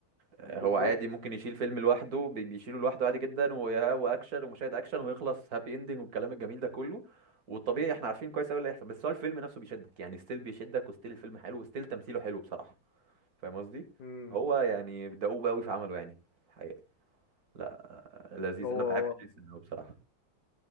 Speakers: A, on the right (about 45°); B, on the left (about 60°).
A: آه،
B: بالظبط
A: هو عادي ممكن يشيل فيلم لوحده بي- بيشيله لوحده عادي جدا ويا- واكشن ومشاهد اكشن ويخلص هابي اندنج والكلام الجميل ده كله والطبيعي احنا عارفين كويس قوي اللي هيحصل بس هو الفيلم نفسه بيشدك يعني ستيل بيشدك وستيل الفيلم حلو وستيل تمثيله حلو بصراحه فاهم قصدي
B: امم
A: هو يعني دؤوب قوي في عمله يعني الحقيقه لا لذيذ
B: هو
A: انا بحب
B: هو
A: جيسون قوي بصراحه